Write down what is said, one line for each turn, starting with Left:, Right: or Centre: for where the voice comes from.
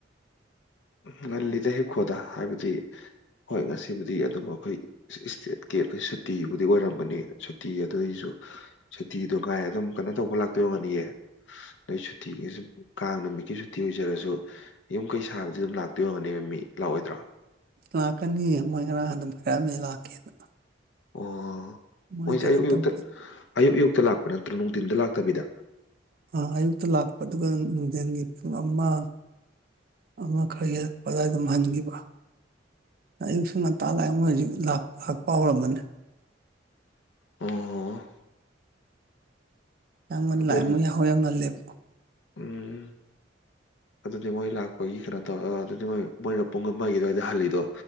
Left: ꯉꯜꯂꯤꯗ ꯍꯤꯞꯈꯣꯗ ꯍꯥꯏꯕꯗꯤ ꯍꯣꯏ ꯉꯁꯤꯕꯨꯗꯤ ꯑꯗꯨꯝ ꯑꯈꯣꯏ ꯏꯁꯇꯦꯠꯀꯤ ꯑꯈꯣꯏ ꯁꯨꯇꯤꯕꯨꯗꯤ ꯑꯣꯏꯔꯝꯒꯅꯤ ꯁꯨꯇꯤ ꯑꯗꯨꯏꯖꯨ ꯁꯨꯇꯤꯗꯣ ꯉꯥꯏ ꯑꯗꯨꯝ ꯀꯅꯣ ꯇꯧꯕ ꯂꯥꯛꯇꯣꯏ ꯑꯣꯏꯔꯝꯒꯅꯤꯌꯦ ꯅꯣꯏ ꯁꯨꯇꯤꯒ ꯖꯨꯝ ꯀꯥꯡ ꯅꯨꯃꯤꯠꯀꯤ ꯁꯨꯇꯤ ꯑꯣꯏꯖꯔꯖꯨ ꯌꯨꯝ ꯀꯩ ꯁꯥꯕ ꯗꯤ ꯗꯨꯝ ꯂꯥꯛꯇꯣꯏ ꯑꯣꯏꯔꯝꯒꯅꯦꯕ ꯃꯤ ꯂꯥꯛꯑꯣꯏꯗ꯭ꯔꯣ
Right: ꯂꯥꯛꯀꯅꯤ ꯃꯣꯏ ꯉꯔꯥꯡ ꯑꯗꯨꯝ ꯐꯔꯥꯑꯝꯃꯦ ꯂꯥꯛꯀꯦꯅ
Left: ꯑꯣ
Right: ꯃꯣꯏ
Left: ꯃꯣꯏꯖꯦ
Right: ꯀꯩꯅꯣ
Left: ꯑꯌꯨꯛ ꯑꯌꯨꯛꯇ
Right: ꯇꯧ
Left: ꯑꯌꯨꯛ ꯑꯌꯨꯛꯇ ꯂꯥꯛꯄ ꯅꯠꯇ꯭ꯔꯣ ꯅꯨꯡꯗꯤꯟꯗ ꯂꯥꯛꯇꯕꯤꯗ
Right: ꯑꯥ ꯑꯌꯨꯛꯇ ꯂꯥꯛꯄ ꯑꯗꯨꯒ ꯅꯨꯡꯗꯤꯟꯒꯤ ꯄꯨꯡ ꯑꯃꯥ ꯑꯃꯥ ꯈꯔ ꯍꯦꯜꯂꯛꯄ ꯑꯗꯥꯏ ꯗꯨꯝ ꯍꯟꯒꯤꯕ ꯑꯌꯨꯛꯁꯨ ꯉꯟꯇꯥ ꯂꯥꯛꯑꯦ ꯃꯣꯏ ꯍꯨꯖꯤꯛ ꯂꯥꯛ ꯂꯥꯛꯄ ꯍꯧꯔꯝꯃꯅꯤ
Left: ꯑꯣ
Right: ꯌꯥꯝ ꯉꯟ
Left: ꯑꯗꯨꯅꯤ
Right: ꯂꯥꯛꯑꯦ ꯃꯣꯏ ꯌꯥꯍꯧ ꯌꯥꯝ ꯉꯜꯂꯦꯕ
Left: ꯎꯝ ꯑꯗꯨꯗꯤ ꯃꯣꯏ ꯂꯥꯛꯄꯒꯤ ꯀ‌ꯦꯅꯣ ꯇꯧ ꯑꯥ ꯗꯨꯗꯤ ꯃꯣꯏ ꯃꯣꯏꯅ ꯄꯨꯡ ꯑꯃꯥꯒꯤ ꯑꯗꯥꯏꯗ ꯍꯜꯂꯤꯗꯣ